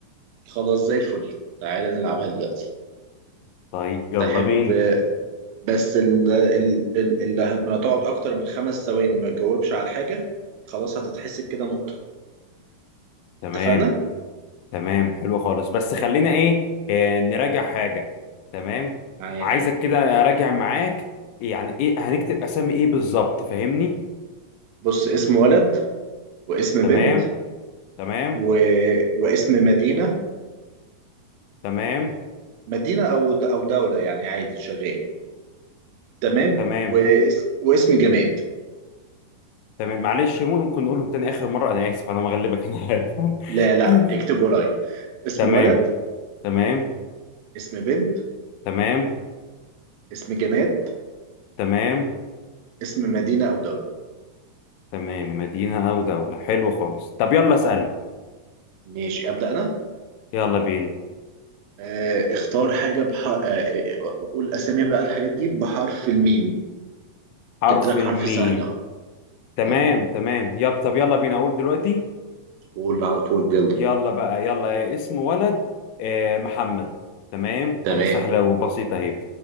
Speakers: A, on the right; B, on the left.
A: خلاص زي الفل تعالى نلعبها دلوقتي
B: طيب يلا
A: تحب
B: بينا
A: بس ال- ال- ال- اللي هتقعد اكتر من خمس ثواني ما تجاوبش على حاجة خلاص هتتحسب كده نقطة
B: تمام
A: اتفقنا؟
B: تمام حلو خالص بس خلينا ايه آه نراجع حاجة تمام
A: معاك
B: عايزك كده اراجع معاك يعني ايه هنكتب اسامي ايه بالظبط فاهمني
A: بص اسم ولد واسم
B: تمام
A: بنت
B: تمام
A: و... واسم مدينة
B: تمام
A: مدينة أو د... أو دولة يعني عادي شغال تمام
B: تمام
A: واس... واسم جماد
B: تمام معلش ممكن نقولهم تاني اخر مرة انا اسف انا مغلبك انا عارف
A: لا
B: <laughs>
A: لا اكتب ورايا اسم
B: تمام
A: ولد
B: تمام
A: اسم بنت
B: تمام
A: اسم جماد
B: تمام
A: اسم مدينة أو دولة
B: تمام مدينة او دولة حلو خالص طب يلا اسأل
A: ماشي أبدأ أنا
B: يلا بينا
A: آه اختار حاجة بح... آه آه، قول أسامي بقى الحاجات دي بحرف الميم
B: حرف
A: جبت لك
B: الميم
A: حرف سهل أهو
B: تمام
A: طب
B: تمام يب طب يلا بينا اقول دلوقتي
A: قول على طول يلا
B: يلا بقى يلا اسم ولد آه محمد تمام
A: تمام
B: ادي سهلة وبسيطة اهي